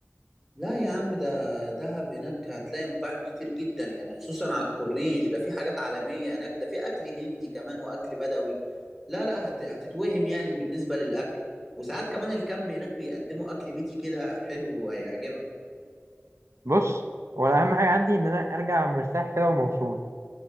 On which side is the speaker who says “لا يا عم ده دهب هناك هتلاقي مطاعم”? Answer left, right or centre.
Centre